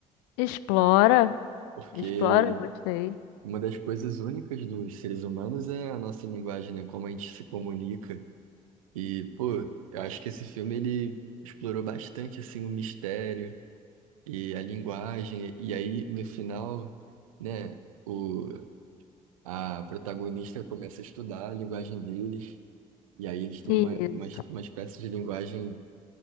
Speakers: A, on the left (about 65°); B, on the right (about 75°).
A: Explora,
B: Porque
A: explora, gostei.
B: uma das coisas únicas dos seres humanos é a nossa linguagem, né? Como a gente se comunica. E, pô, eu acho que esse filme ele explorou bastante assim o mistério e a linguagem. E aí no final, né, o a protagonista começa a estudar a linguagem deles. E aí eles têm
A: Isso.
B: uma, uma, uma espécie de linguagem